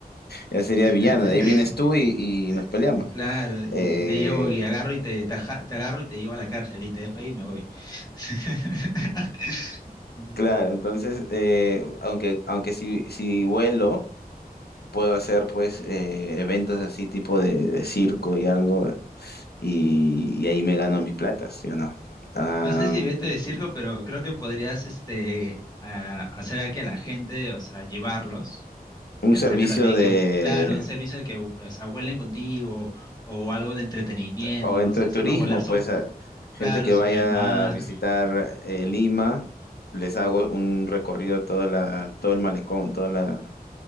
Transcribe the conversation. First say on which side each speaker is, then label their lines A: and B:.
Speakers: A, on the left; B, on the left.
A: ya sería
B: <laughs>
A: villano, de ahí vienes tú y, y
B: Eh,
A: nos peleamos.
B: Claro, y,
A: Eh,
B: y te llevo y agarro y te, te aja- te agarro y te llevo a la cárcel y te dejo ahí y me voy. <laughs> Mm.
A: claro, entonces, eh, aunque, aunque si, si vuelo, puedo hacer pues eh, eventos así tipo de, de circo y algo, y, y ahí me gano mi plata, ¿sí o no? Ah,
B: No sé si evento de circo, pero creo que podrías este, a- hacer aquí a la gente, o sea, llevarlos.
A: un
B: Y hacer
A: servicio
B: que también
A: de
B: que, claro, un servicio de que, o sea, vuelen contigo o algo de entretenimiento,
A: o
B: ¿no?
A: entre
B: O sea,
A: turismo,
B: hacerlos volar, so-
A: pues a- gente
B: claro,
A: que
B: sobre
A: vaya
B: el mar,
A: a visitar eh, Lima, les hago un recorrido de toda la, todo el malecón, toda la,